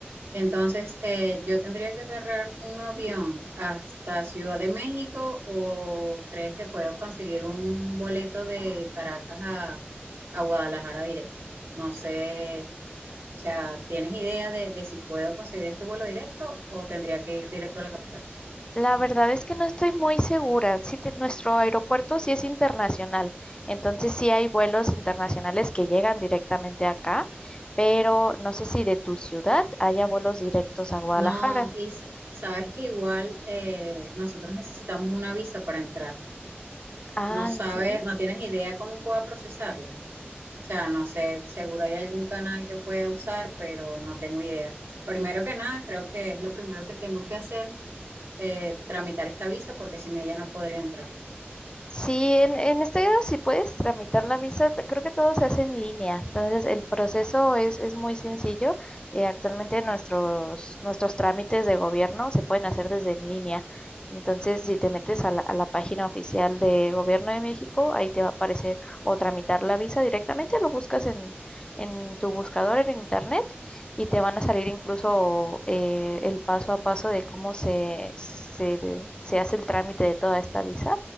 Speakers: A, on the right; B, on the left.
A: Entonces, eh, yo tendría que agarrar un avión hasta Ciudad de México o crees que puedo conseguir un boleto de Caracas a, a Guadalajara directo? No sé, o sea, ¿tienes idea de, de si puedo conseguir este vuelo directo o tendría que ir directo a la capital?
B: La verdad es que no estoy muy segura. Sí te- nuestro aeropuerto sí es internacional, entonces sí hay vuelos internacionales que llegan directamente acá, pero no sé si de tu ciudad haya vuelos directos a Guadalajara.
A: No, y s- sabes que igual eh, nosotros necesitamos una visa para entrar.
B: Ah,
A: No sabes,
B: ¿en serio?
A: no tienes idea cómo pueda procesarlo. O sea, no sé, seguro hay algún canal que pueda usar, pero no tengo idea. Primero que nada, creo que es lo primero que tengo que hacer, eh, tramitar esta visa, porque sin ella no podría entrar.
B: Sí, en, en este caso si puedes tramitar la visa, te- creo que todo se hace en línea, entonces el proceso es, es muy sencillo. eh, actualmente nuestros, nuestros trámites de gobierno se pueden hacer desde en línea, entonces si te metes a la, a la página oficial de Gobierno de México, ahí te va a aparecer o tramitar la visa directamente, lo buscas en, en tu buscador en internet y te van a salir incluso eh, el paso a paso de cómo se, se, se hace el trámite de toda esta visa.